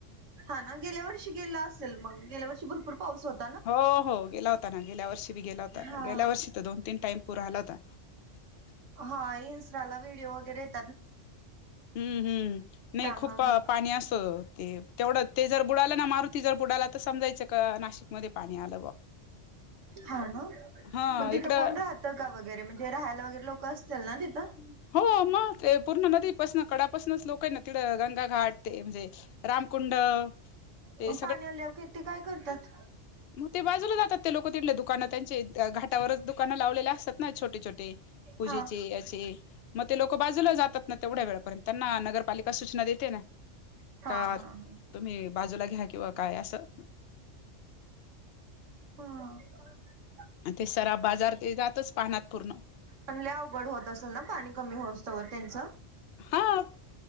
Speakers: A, on the right; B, on the left.
A: हा ना? गेल्या वर्षी गेल असेल मग, गेल्या वर्षी भरपूर पाऊस होत-
B: हो. हो. गेला होता ना. गेल्या वर्षी बी गेला होता.
A: हा
B: गेल्या वर्षी तर दोन तीन टाइम पूर आला होता.
A: हां. इंस्टा ला व्हिडिओ वगैरे ए त.
B: हुं. हुं नाही
A: त्यामुळे
B: खूप
A: माहित
B: पाणी अस- ते तेवढं ते जर बुडाल ना. मारुती जर बुडाला तर समजायचं का नाशिक- मध्ये पाणी आल.
A: हा ना?
B: हा
A: म तिथं
B: इकडं
A: कोण राहत? -का वगैरे. म्हणजे राहायला वगैरे लोक असतील ना तिथं?
B: हो. मग. ते पूर्ण नदीपासून कडापासनच लोक आहे ना तिडं. गंगा घाट ते म्हणजे- रामकुंड. ते
A: म पाणी आल्यावर की ते काय करत्यात.
B: म ते बाजूला जातात ते लोक तिथले. दुकानं त्यांचे घाटावरच दुकानं लावलेल्या असतात. ना छोटे छोटे पूजेचे
A: हा
B: याचे. म ते लोक बाजूला जातात ना तेवढ्या वेळापर्यंत. त्यांना नगरपालिका सूचना देते ना.
A: हां.
B: का
A: हां. हां.
B: तुम्ही बाजूला घ्या किंवा काय असं.
A: हं का?
B: म ते सराफ बाजार ते जातच पाण्यात पूर्ण.
A: पण लई अवघड होत असल ना? पाणी कमी होइसतोवर त्यांचं.
B: हा